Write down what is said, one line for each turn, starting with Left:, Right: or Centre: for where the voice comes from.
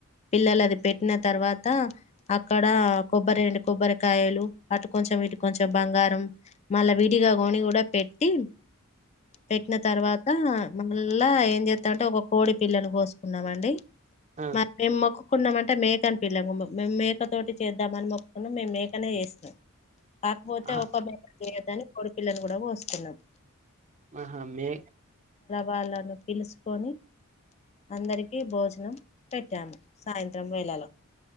Left: పిల్లలు అది పెట్టిన తర్వాత అక్కడ కొబ్బరిెండు కొబ్బరికాయలు అటు కొంచెం ఇటు కొంచెం బంగారం మళ్ళా విడిగా కొని కూడా పెట్టి పెట్టిన తర్వాత మ అల్లా ఏం చేస్తా అంటే ఒక కోడి పిల్లను కోసుకున్నామండి
Right: ఆ
Left: మ మేం మొక్కు కున్నాంమంటే మేక అని పిల మేక తోటి చేద్దామని ఉన్నా మే మేకనే చేస్తాం కాకపోతే
Right: ఆహా
Left: ఒక మేక లేదని కొ పిల్లని కూడా కోసుకున్నాం
Right: ఆహా మే
Left: వాళ్ల పిలుచుకొని అందరికీ భోజనం పెట్టాము సాయంత్రం వేళలో